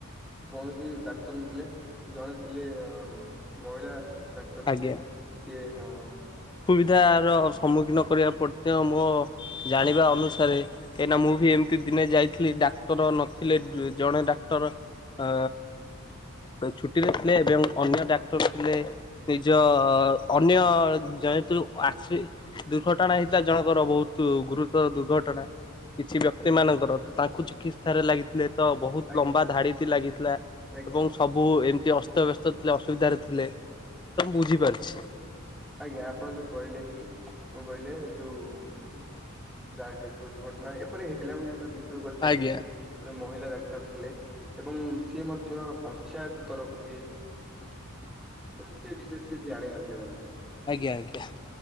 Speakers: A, in the centre; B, on the left.
A: କୌଣସି ଡାକ୍ତର ନଥିଲେ। ଜଣେ ଥିଲେ ଅ ମହିଳା। ଡାକ୍ତର
B: ଆଜ୍ଞା।
A: ଥିଲେ। କିଏ ଆ
B: ସୁବିଧାର ସମ୍ମୁଖୀନ କରିବା ପର୍ଯ୍ୟ ମୋ ଜାଣିବା ଅନୁସାରେ କାହିଁକିନା ମୁଁ
A: ହୁଁ
B: ବି ଏମିତି ଦିନେ ଯାଇଥିଲି ଡାକ୍ତର ନଥିଲେ। ଜଣେ ଡାକ୍ତର ଅ ଛୁଟିରେ ଥିଲେ ଏବଂ ଅନ୍ୟ ଡାକ୍ତର ଥିଲେ। ନିଜ ଅନ୍ୟ ଯେହେତୁ ଆକ୍ସି ଦୁର୍ଘଟଣା ହେଇଥିଲା ଜଣଙ୍କର ବହୁତ। ଗୁରୁତର ଦୁର୍ଘଟଣା। କିଛି ବ୍ୟକ୍ତି ମାନଙ୍କର ତାଙ୍କୁ ଚିକି ଚିକିତ୍ସାରେ
A: ହୁଁ
B: ଲାଗିଥିଲେ। ତ ବହୁତ
A: ଆଜ୍ଞା
B: ଲମ୍ବା ଧାଡିଟି ଲାଗିଥିଲା।
A: ଆଜ୍ଞା
B: ଏବଂ ସବୁ ଏମ ଯେ ଅସ୍ତବ୍ୟସ୍ତ ଥିଲେ ଅସୁବିଧାରେ ଥିଲେ। ତ ମୁଁ ବୁଝିପାରୁଛି।
A: ହୁଁ, ଆଜ୍ଞା ଆପଣ ଯୋଉ କହିଲେ କି କହିଲେ ଯୋଉ ଯାହାକି ଦୁର୍ଘଟଣା ଏପରି ହେଇଥିଲା ମୁଁ ଯେ ଗଲି ଦେଖିଲି
B: ଆଜ୍ଞା
A: କି ଜଣେ ମହିଳା ଡାକ୍ତର ଥିଲେ। ଏବଂ ସିଏ ମଧ୍ୟ ପଞ୍ଚାୟତ ତରଫରୁ ଇଏ ଡାକ୍ତର ଥିଲେ। ହେଲେ ସେ ବିଶେଷ କିଛି ଜାଣିନଥିଲେ, ଭାବ
B: ଆଜ୍ଞା ଆଜ୍ଞା।